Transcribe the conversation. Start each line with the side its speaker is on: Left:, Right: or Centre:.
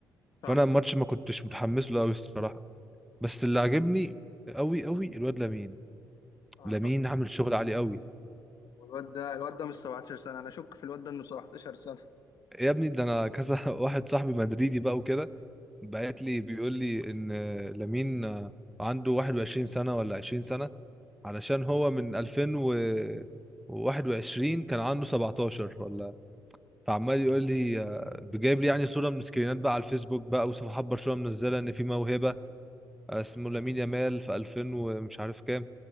Left: صح
Centre: فانا الماتش ما كنتش متحمس له قوي الصراحة بس اللي عجبني قوي قوي الواد لامين
Left: آه.
Centre: لامين عامل شغل عالي قوي
Left: الواد ده الواد ده مش 17 سنة انا اشك في الواد ده انه 17 سنة
Centre: يا ابني ده انا كذا <laughs> واحد صاحبي مدريدي بقى وكده بعت لي بيقول لي ان لامين عنده 21 سنة ولا 20 سنة علشان هو من 2021 كان عنده 17 ولا فعمال يقول لي آه، بجايب لي يعني صورة من سكرينات بقى على الفيسبوك بقى وصفحات برشلونة منزلة ان في موهبة آه، اسمه لامين يامال في 2000 ومش عارف كام